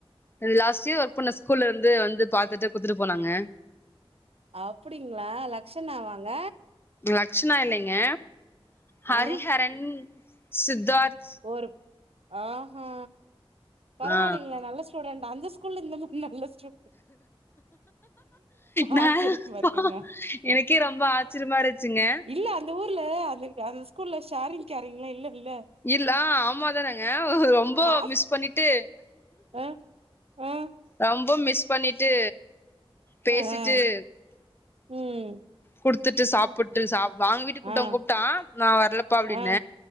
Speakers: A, on the left (about 25°); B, on the right (about 80°).
A: லாஸ்ட் இயர் ஒர்க் பண்ண ஸ்கூல்லர்ந்து வந்து பாத்துட்டு குட்த்துட்டு போனாங்க
B: அப்படிங்ளா லக்ஷ்ணா வாங்க
A: லக்ஷ்ணா இல்லைங்க ஹரிஹரன்,
B: ஆ
A: சித்தார்த்
B: ஒரு ஆ ஆ பரவால்லைங்ளே
A: ஆ
B: நல்ல ஸ் டூடன்ட்டா அந்த ஸ்கூல்ல இந்த மாரி நல்ல ஸ்டூ
A: நானே
B: ஆச்சரியமா இருக்குங்க
A: பாவோ எனக்கே ரொம்ப ஆச்சரியமா இருந்ச்சுங்க
B: இல்ல அந்த ஊர்ல அந்த அந்த ஸ்கூல்ல ஷேரிங் கேரிங்லா இல்ல இல்ல
A: இல் ஆ ஆமா தானங்க ரொம்ப
B: ஆ
A: மிஸ் பண்ணிட்டு
B: ஆ ஆ
A: ரொம்ப மிஸ் பண்ணிட்டு பேசிட்டு
B: ஆ
A: <inaudible>
B: ம்
A: குடுத்துட்டு சாப் பூட்டு சா வாங்க வீட்டுக்கு கூப்டாலூ
B: ஆ
A: கூப்டா நா வர்லப்பா அப்டின்ன
B: ஆ ஆ